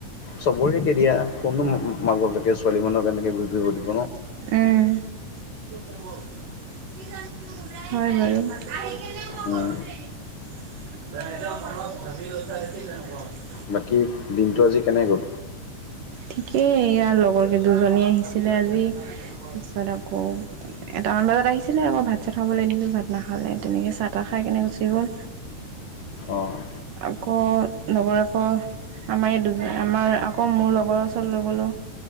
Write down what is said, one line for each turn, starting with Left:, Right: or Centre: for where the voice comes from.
Left: চবৰে কেতিয়া কোনো মাক বাপে ছোৱালী মানহৰ কাৰণকে ঘূৰি ফৰিব
Right: উম <inaudible> <unintelligible> হয় বাৰু <unintelligible> তেনেকুৱা মনত
Left: উম,
Right: ভাবি লৈছা দেখি তেনেকুৱা হৈছে।
Left: বাকী দিনটো আজি কেনে গ'ল?
Right: ঠিকেই ইয়া লগৰকে দুজনী আহিছিলে। তাৰপিছত আকৌ এটামান বজাত আহিছিলে আকৌ ভাত চা খাবলে দিলোঁ ভাত নাখালে এনেকে চাহ তাহ খাই কেনে গুচি গ'ল।
Left: অ',
Right: আকৌ <unintelligible> আমাৰ এই দুজন, আমাৰ আকৌ মোৰ লগৰ ওচৰ লৈ গ'লো